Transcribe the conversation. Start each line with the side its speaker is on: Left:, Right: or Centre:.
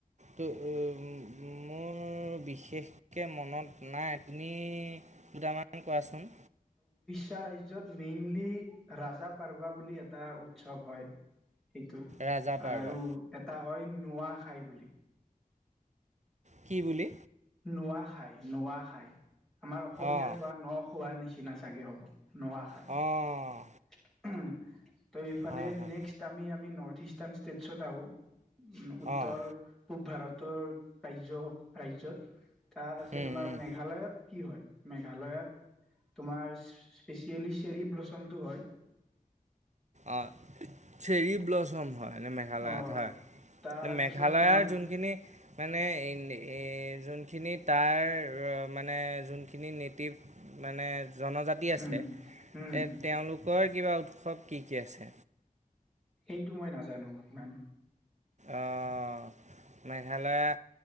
Right: তুও ম মোৰ বিশেষকে মনত নাই, তুমি দুটামান কোৱাচোন।
Centre: ষ্যা ৰাজ্যত মেইনলি, 'ৰাজা পাৰ্বা' বুলি এটা উৎসৱ হয় সেইটো
Right: ৰাজা পাৰ্বা
Centre: আৰু এটা অইন 'নোৱা খাই' বুলি
Right: কি বুলি?
Centre: 'নোৱা খাই', 'নোৱা খাই' আমাৰ অসমীয়াত
Right: অঁ
Centre: হোৱা ন-খোৱাৰ নিচি চিনা চাগে হ'ব নোৱা খাই।
Right: অঁ
Centre: <inaudible> ত' এইফালে,
Right: হয় হয়
Centre: নেক্সট আমি আমি নৰ ইষ্টান ষ্টেটছত আহো। উম, উত্তৰ-পূব
Right: অঁ
Centre: ভাৰত। উওৰ ৰাজ্য, ৰাজ্যত তাত আছে
Right: উম
Centre: তোমাৰ
Right: উম
Centre: মেঘালয়ত কি হয়? মেঘালয়ত তোমাৰ স্পেচিয়েলি চেৰী ব্ল'চমটো হয়।
Right: অ', চেৰি ব্ল'চম হয়। মানে মেঘালয়ত
Centre: অ',
Right: হয়।
Centre: তাৰপিছত
Right: মেঘালয়ৰ
Centre: তোমাৰ
Right: যোনখিনি মানে এন এ যোন যিখিনি তাৰ মানে যোনখিনি নেটিভ মানে জনজাতি আছে,
Centre: উম, উম,
Right: এ তেওঁলোক কৰ কিবা উৎসৱ কি কি আছে?
Centre: সেইটো মই নাজানো ইমান
Right: অ' মেঘালয়া,